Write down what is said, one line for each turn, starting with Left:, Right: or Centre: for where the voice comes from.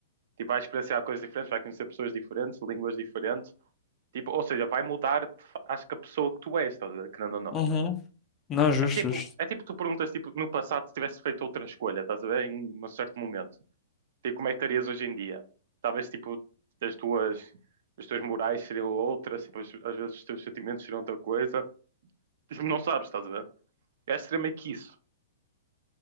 Right: Tipo, vai experienciar coisas diferentes, vai conhecer pessoas diferentes, línguas diferentes. Tipo, ou seja, vai mudar, acho que a pessoa que tu és, estás a ver? Querendo ou não.
Left: Uhum. Não, justo,
Right: É tipo,
Left: justo.
Right: é tipo tu perguntas, tipo, no passado se tivesse feito outra escolha, estás a ver? Em um certo momento. Tipo, como é que estarias hoje em dia? Talvez, tipo, as tuas, as tuas morais seriam outras, tipo, as- às vezes os teus sentimentos seriam outra coisa. Tipo, não sabes, estás a ver? É extremamente isso.